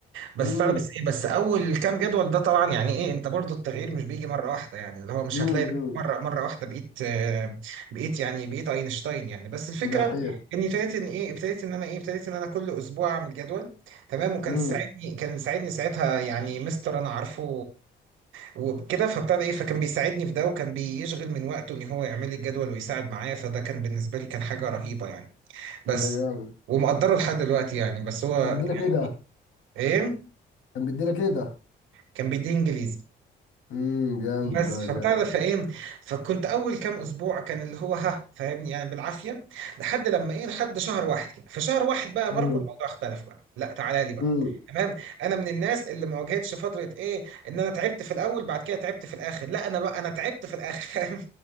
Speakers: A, on the right; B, on the left.
A: بس
B: امم
A: انا بس ايه بس اول كام جدول ده طبعا يعني ايه انت برضو التغيير مش بيجي مره واحده يعني اللي هو مش
B: امم
A: هتلاقي نفسك مره مره واحده بقيت آه، بقيت يعني بقيت اينشتاين يعني بس الفكره
B: دحيح
A: اني ابتديت ان ايه ابتديت ان انا ايه ابتديت ان انا كل اسبوع اعمل جدول تمام وكان
B: امم
A: ساعدني كان ساعدني ساعتها يعني مستر انا عارفه وكده فابتدى ايه فكان بيساعدني في ده وكان بيشغل من وقته ان هو يعمل لي الجدول ويساعد معايا فده كان بالنسبه لي كان حاجه رهيبه يعني بس
B: يا جامد
A: ومقدره لحد دلوقتي يعني بس هو
B: كان بيدينا
A: يعني
B: كده
A: ايه
B: كان بيدينا كده
A: كان بيديني انجليزي
B: امم جامد
A: بس
B: ده
A: فابتدى
B: جامد
A: فايه فكنت اول كام اسبوع كان اللي هو ها فاهمني يعني بالعافيه لحد لما ايه لحد شهر واحد كده في شهر واحد بقى
B: امم
A: ماركو الموضوع اختلف بقى لا تعالى لي بقى
B: امم
A: تمام انا من الناس اللي ما واجهتش فتره ايه ان انا تعبت في الاول بعد كده تعبت في الاخر لا انا بقى انا تعبت في الاخر <laughs> فاهم